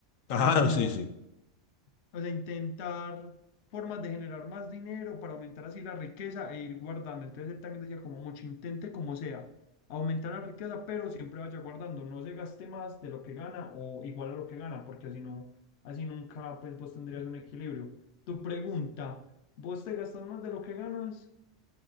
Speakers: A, on the left; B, on the left.
A: Ah,
B: O sea, como
A: sí, sí.
B: O sea, intentar formas de generar más dinero para aumentar así la riqueza e ir guardando. Entonces él también decía como mucho intente como sea, aumentar la riqueza, pero siempre vaya guardando, no se gaste más de lo que gana o igual a lo que gana, porque así no, así nunca pues vos tendrías un equilibrio. Tu pregunta, ¿vos te gastas más de lo que ganas?